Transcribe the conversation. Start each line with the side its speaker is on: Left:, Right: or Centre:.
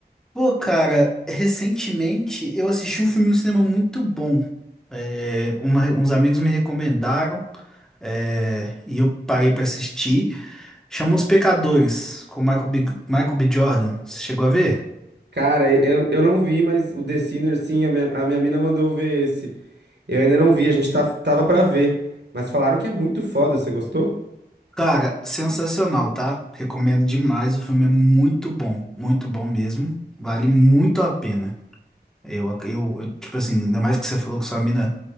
Centre: Pô, cara, recentemente eu assisti um filme no cinema muito bom. É, uma- uns amigos me recomendaram, é, e eu parei pra assistir. Chama Os Pecadores, com Michael B, Michael B. Jordan. Você chegou a ver?
Right: Cara, eu, eu não vi, mas o The Sinner, sim, a minha, a minha mina mandou ver esse. Eu ainda não vi, a gente tá- tava pra ver. Mas falaram que é muito foda, você gostou?
Centre: Cara, sensacional, tá? Recomendo demais. O filme é muito bom, muito bom mesmo. Vale muito a pena. Eu, ac- eu, eu, tipo assim, ainda mais que você falou que sua mina